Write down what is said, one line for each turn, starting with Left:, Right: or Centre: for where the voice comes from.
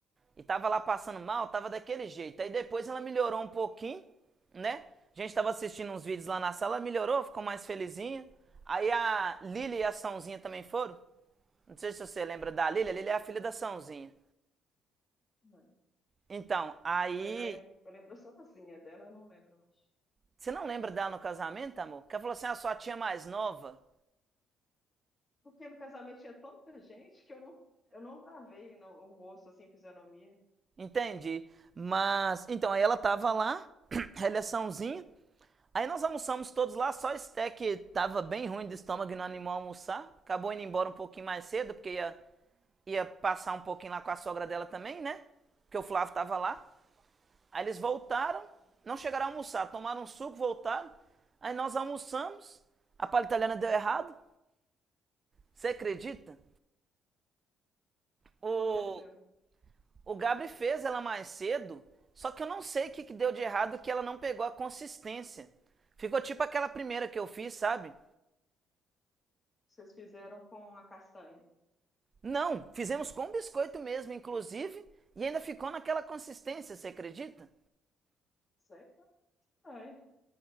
Right: e tava lá passando mal, tava daquele jeito. Aí depois ela melhorou um pouquinho, né? A gente tava assistindo uns vídeos lá na sala, ela melhorou, ficou mais felizinha. Aí a Lili e a Sãozinha também foram. Não sei se você lembra da Lili, a Lili é a filha da Sãozinha.
Left: mãe.
Right: Então, aí.
Left: Ah, eu lembro, eu lembro sozinha dela, eu não lembro, eu acho.
Right: Você não lembra dela no casamento, amor? Que ela falou assim: a sua tia mais nova.
Left: Porque no casamento tinha tanta gente que eu não, eu não gravei não, o rosto, assim, fisionomia.
Right: entende Mas, então, aí ela tava lá, <clears throat> <coughs> relaçãozinha. Aí nós almoçamos todos lá, só Sté que tava bem ruim do estômago e não animou a almoçar. Acabou indo embora um pouquinho mais cedo, porque ia, ia passar um pouquinho lá com a sogra dela também, né? Porque o Flávio tava lá. Aí eles voltaram, não chegaram a almoçar, tomaram um suco, voltaram. Aí nós almoçamos, a palha italiana deu errado. Você acredita? O,
Left: Aconteceu.
Right: O Gabri fez ela mais cedo, só que eu não sei o que, que deu de errado que ela não pegou a consistência. Ficou tipo aquela primeira que eu fiz, sabe?
Left: Vocês fizeram com a castanha.
Right: Não, fizemos com biscoito mesmo, inclusive, e ainda ficou naquela consistência, você acredita?
Left: Sei, castanha.